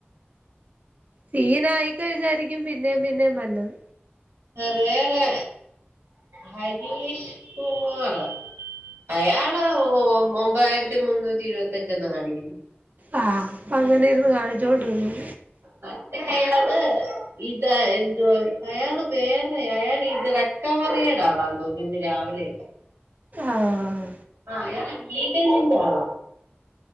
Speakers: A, on the right; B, on the right.
A: സീൻ ആയിക്കഴിഞ്ഞാരിക്കും പിന്നേം പിന്നേം നല്ലത്
B: വേറെ ഹരീഷ് കുമാർ <inaudible> അയാള് ഒമ്പതായിരത്തി മുന്നൂറ്റി ഇരുപത്തിയഞ്ചന്ന് കാണിക്കുന്നു
A: ആഹ് അപ്പം അങ്ങനെ ഇരുന്നു കാണിച്ചുകൊണ്ടിന്ന
B: മറ്റേ അയാള് ഇതാ എന്തോ അയാള് വേ അയാൾ ഇത് വട്ടവടെലാ ആളാ തോന്നുന്നു ഇന്ന് രാവിലെ
A: ആഹ്
B: ആഹ് അയാള് ലീഗലിന്റെ ആള.